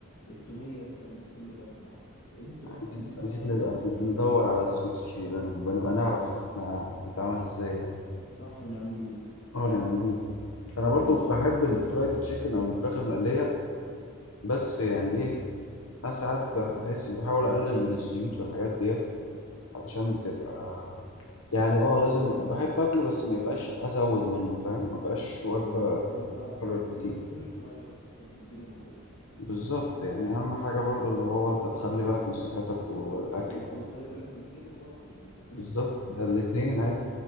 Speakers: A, on the left (about 65°); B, on the left (about 85°).
A: التومية والكلام ده كله برضو معروف أنتوا
B: عايزين
A: بقى بتاع- نفسي
B: عايزين
A: أعرف بيعملوا
B: نبقى
A: السويت تشيلي
B: ندور
A: ده إزاي
B: على السويتش ده نبقى نبقى نعرف احنا بيتعمل ازاي يعني.
A: صح ونعملوه
B: اه نعملوه انا برضو
A: ماشي
B: بحب الفرايد تشيكن او الفراخ المقليه بس يعني ايه انا ساعات بح- بحس بحاول اقلل من الزيوت والحاجات ديت علشان بتبقى يعني اه لازم بحب اكله بس ما يبقاش ازود منه فاهم ما بقاش وجبه
A: انا فاهمك
B: اتكرر كتير
A: لو مش كل شويه بس عشان الدنيا ما تبصش
B: بالظبط يعني اهم حاجه برضو اللي هو انت تخلي بالك من صحتك والاكل
A: و- وتخلي بالك من جيبك برضو يعني انت
B: بالظبط ده الاتنين ايوه